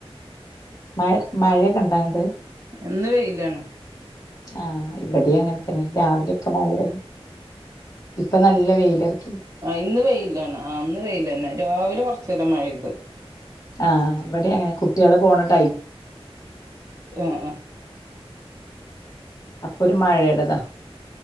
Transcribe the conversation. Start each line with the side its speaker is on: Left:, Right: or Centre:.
Left: മഴ മഴക്കെണ്ടാ ങ്ങട്
Right: ഇന്ന് വെയിലാണ്
Left: ആ ഇവിടേയും അങ്ങനെ ത ന്നെ രാവിലെക്കെ മഴയാരുന്ന് ഇപ്പൊ നല്ല വെയി <inaudible>
Right: ആ ഇന്ന് വെയി - ലാണ് അന്ന് വെയിലന്നെ രാവിലെ കൊറച്ചേരം മഴ ണ്ട്
Left: ആ വിടെ ങ്ങനെ കുട്ടികള പോണു -
Right: ആ ആ
Left: അപ്പൊ ഒരു മഴെടതാ